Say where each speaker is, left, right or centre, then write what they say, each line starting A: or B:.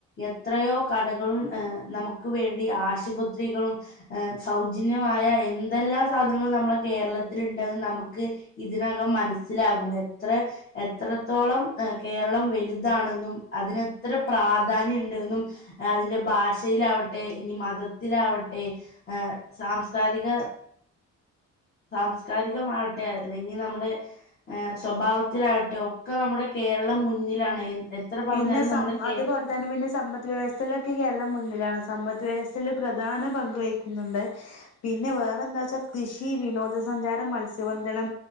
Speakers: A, on the left; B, on the left.
A: എത്രയോ കടകളും നമുക്ക് വേണ്ടി ആശുപത്രികളും സൗജന്യമായ എന്തെല്ലാം സാധനങ്ങളും നമ്മുടെ കേരളത്തി ഉണ്ടന്ന് നമുക്ക് ഇതിനകം മനസ്സിലാകും എത്ര എത്രത്തോളം കേരളം വലുതാണെന്നും അതിനെത്ര പ്രാധാന്യം ഉണ്ട്ന്നും അതിന്റെ ഭാഷയിലാവട്ടെ ഇനി മതത്തിലാവട്ടെ സാംസ്കാരിക സാംസ്കാരികമാവട്ടെോ അല്ലെങ്കിൽ നമ്മുടെ സ്വഭാവത്തിലാവട്ടെ ഒക്കെ നമ്മുടെ കേരളം മുന്നിലാണ് എത്ര പറഞ്ഞാലും
B: പിന്നെ
A: നമ്മുടെ കേ
B: അതേപോലെ തന്നെ സമ്പദ് വ്യവസ്ഥയിലൊക്കെ കേരളം മുന്നിലാണ് സമ്പ വിദ്യസൽ <unintelligible> പ്രധാന പങ്കക് വഹിക്കുന്നുണ്ട് പിന്നെ വേറെ എന്താ വച്ചാൽ കൃഷി വിനോദസഞ്ചാരം മത്സ്യബന്ധനം